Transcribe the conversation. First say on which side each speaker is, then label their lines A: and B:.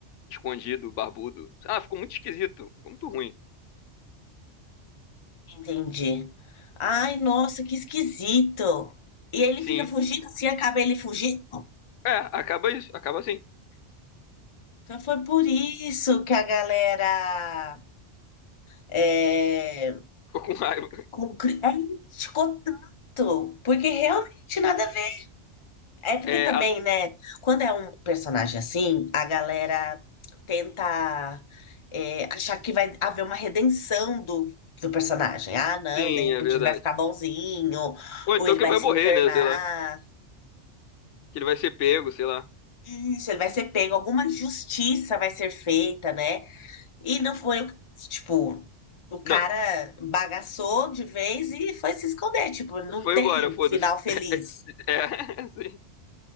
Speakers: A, on the left; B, on the left.
A: escondido, barbudo. Ah, ficou muito esquisito, ficou muito ruim.
B: Entendi. Ai, nossa, que esquisito. E ele
A: Sim.
B: fica fugindo, assim acaba ele fugindo.
A: É, acaba isso, acaba assim. <laughs>
B: Então foi por isso que a galera é,
A: Ficou com raiva.
B: Com cri- É, criticou tanto, porque realmente nada a ver. É porque
A: É,
B: também,
A: a-
B: né, quando é um personagem assim, a galera tenta é, achar que vai haver uma redenção do, do personagem. Ah, não,
A: sim,
B: de repente
A: é verdade.
B: ele vai ficar bonzinho,
A: Ou
B: ou
A: então
B: ele
A: que
B: vai
A: ele vai
B: se
A: morrer,
B: internar.
A: né? Sei lá. Que ele vai ser pego, sei lá.
B: Isso, ele vai ser pego, alguma justiça vai ser feita, né? E não foi, o- que- tipo, o cara
A: Não,
B: bagaçou de vez e foi se esconder, tipo, não
A: <laughs> foi
B: tem
A: embora, foda-se.
B: final feliz.
A: <laughs> é, sim,